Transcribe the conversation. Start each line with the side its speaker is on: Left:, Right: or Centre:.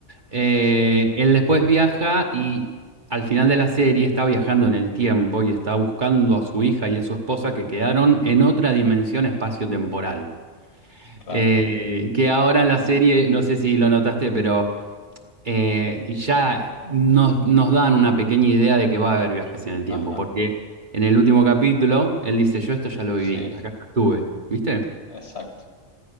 Right: Eh,
Left: sí,
Right: él después viaja y al final de la serie está viajando en el tiempo y está buscando a su hija y a su esposa que quedaron en otra dimensión espacio-temporal.
Left: claro,
Right: Eh, que ahora en la serie, no sé si lo notaste, pero eh, y ya nos, nos dan una pequeña idea de que va a haber viajes en el tiempo,
Left: ajá,
Right: porque en el último capítulo él dice, yo esto ya lo
Left: sí,
Right: viví, acá ya estuve, ¿viste?
Left: exacto.